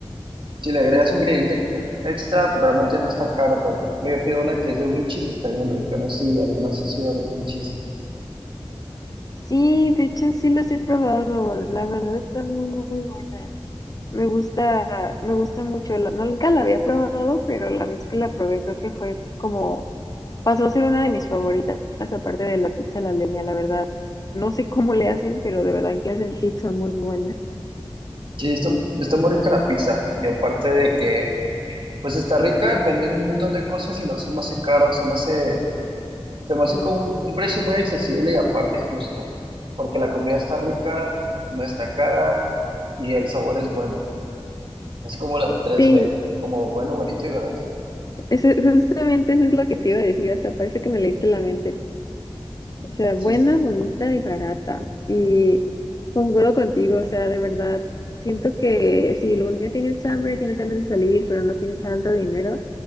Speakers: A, on the right; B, on the left.
A: Si le agregas un ingrediente extra, realmente no está caro, pero por ejemplo yo pido una que es de blue cheese y está bien rica, no sé si alguna vez has ido a broken cheese.
B: Sí, de hecho sí los he probado, la verdad están muy, muy buenas. Me gusta, me gusta mucho. La- no, nunca la había probado, pero la vez que la probé creo que fue como, pasó a ser una de mis favoritas, aparte de la pizza a la leña, la verdad. No sé cómo le hacen, pero de verdad que hacen pizza muy buena.
A: Sí, está, está muy rica la pizza y aparte de que pues está rica, venden un montón de cosas y no se me hace caro, se me hace, se me hace con un, un precio muy accesible y aparte justo, porque la comida está rica, no está cara y el sabor es bueno. Es como la tres
B: Sí,
A: b como bueno, bonito y barato.
B: eso, justamente eso es lo que te iba a decir, hasta parece que me leíste la mente. O sea,
A: Sí,
B: buena,
A: está,
B: bonita y barata. Y concuerdo contigo, o sea, de verdad, siento que si un día tienes hambre, tienes ganas de salir, pero no tienes tanto dinero.